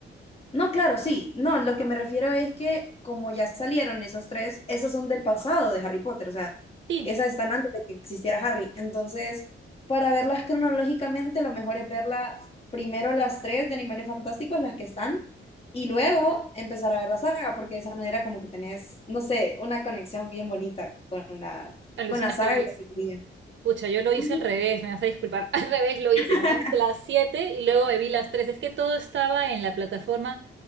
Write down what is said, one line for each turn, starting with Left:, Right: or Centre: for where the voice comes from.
Left: No, claro, sí. No, lo que me refiero es que como ya salieron esas tres, esas son del pasado de Harry Potter, o sea,
Right: Sí,
Left: esas están antes de que existiera Harry. Entonces, para verlas cronológicamente, lo mejor es verlas primero las tres de Animales Fantásticos, las que están, y luego empezar a ver la saga, porque de esa manera como que tenés, no sé, una conexión bien bonita con la,
Right: alucina
Left: con la saga
Right: que lo hice.
Left: y la película.
Right: Pucha, yo lo hice
Left: Ujú.
Right: al revés, me vas a disculpar, <laughs> al revés lo hice,
Left: <laughs>
Right: me vi las siete y luego me vi las tres, es que todo estaba en la plataforma.